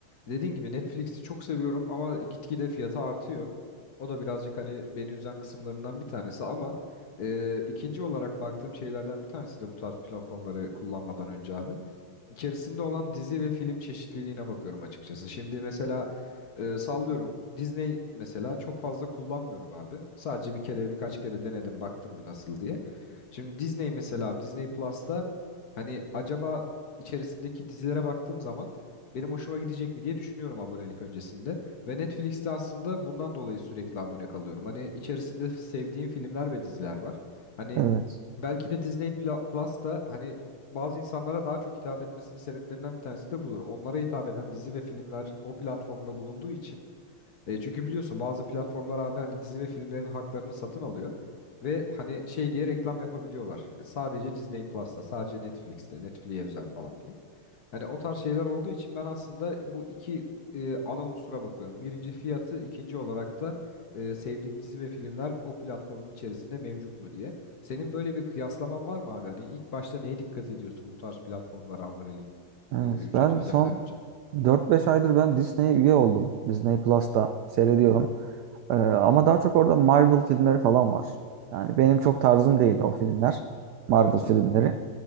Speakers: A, on the left; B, on the right.
A: Dediğin gibi Netflix'i çok seviyorum ama gitgide fiyatı artıyor. O da birazcık hani beni üzen kısımlarından bir tanesi ama e, ikinci olarak baktığım şeylerden bir tanesi de bu tarz platformları kullanmadan önce abi içerisinde olan dizi ve film çeşitliliğine bakıyorum açıkçası. Şimdi mesela e, sallıyorum Disney mesela çok fazla kullanmıyorum abi. Sadece bir kere birkaç kere denedim baktım bir nasıl diye. Şimdi Disney mesela Disney Plus'ta hani acaba içerisindeki dizilere baktığım zaman benim hoşuma gidecek mi diye düşünüyorum abonelik öncesinde. Ve Netflix'te aslında bundan dolayı sürekli abone kalıyorum. Hani içerisinde sevdiğim filmler ve diziler var. Hani
B: Evet.
A: belki de Disney Pla- Plus da hani bazı insanlara daha çok hitap etmesinin sebeplerinden bir tanesi de budur. Onlara hitap eden dizi ve filmler o platformda bulunduğu için e, çünkü biliyorsun bazı platformlar abi hani dizi ve filmlerin haklarını satın alıyor ve hani şey diye reklam yapabiliyorlar. Sadece Disney Plus'ta, sadece Netflix'te, Netflix'e özel falan diye. Hani o tarz şeyler olduğu için ben aslında bu iki e, ana unsura bakıyorum. Birinci fiyatı, ikinci olarak da e, sevdiğim dizi ve filmler o platformun içerisinde mevcut mu diye. Senin böyle bir kıyaslaman var mı abi? Hani ilk başta neye dikkat ediyorsun bu tarz platformlara abonelik
B: Evet,
A: e, ücreti
B: ben
A: ödemeden
B: son
A: önce?
B: dört beş aydır ben Disney'e üye oldum. Disney Plus'ta seyrediyorum. Ee, ama daha çok orada Marvel filmleri falan var. Yani benim çok tarzım değil o filmler. Marvel
A: Evet
B: filmleri.
A: abi.